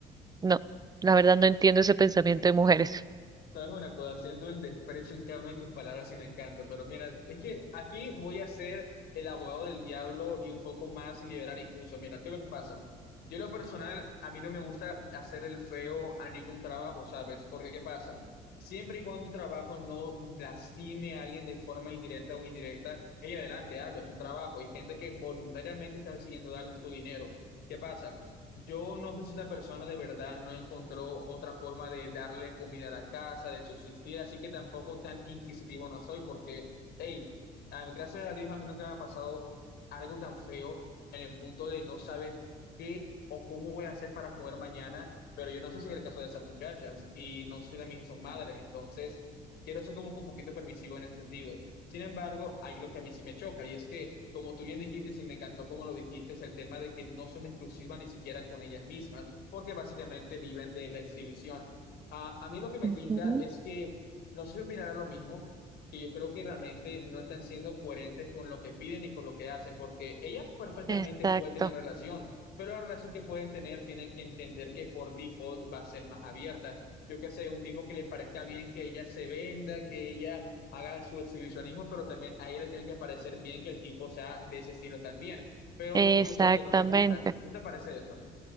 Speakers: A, on the right; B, on the left.
A: no, la verdad no entiendo ese pensamiento de mujeres.
B: Sabes una cosa, haciendo el desprecio en cada una de tus palabras y me encanta, pero mira, es que aquí voy a ser el abogado del diablo y un poco más liberal incluso. Mira, ¿qué es lo que pasa? Yo en lo personal, a mí no me gusta hacer el feo a ningún trabajo, ¿sabes? Porque ¿qué pasa? Siempre y cuando tu trabajo no lastime a alguien de forma indirecta o indirecta, ella adelante, hazlo, es un trabajo. Hay gente que voluntariamente está decidiendo darles tu dinero. ¿Qué pasa? Yo no sé si esa persona de verdad no encontró otra forma de darle comida a la casa, de subsistir, así que tampoco tan inquisitivo no soy, porque, hey, a- gracias a Dios a mí nunca me ha pasado algo tan feo en el punto de no saber qué o cómo voy a hacer para comer mañana, pero yo no sé si es el caso de esas muchachas y no sé si también si son madres, entonces quiero ser como que un poquito permisivo en ese sentido. Sin embargo, hay lo que a mí sí me choca y es que, como tú bien dijiste, y sí me encantó como lo dijiste, es el tema de que no son exclusivas ni siquiera con ellas mismas, porque básicamente viven de la exhibición. Ah, a mí lo que me
A: Ujú.
B: tinta es que, no sé si opinará lo mismo, que yo creo que realmente no están siendo coherentes con lo que piden y con lo que hacen, porque ellas perfectamente
A: Exacto,
B: pueden tener relación, pero la relación que pueden tener tienen que entender que por default va a ser más abierta. Yo qué sé, un tipo que le parezca bien que ella se venda, que ella haga su exhibicionismo, pero también a ella le tiene que parecer bien que el tipo sea de ese estilo también. Pero
A: exactamente.
B: lo curioso es que no le gusta. ¿No te parece eso?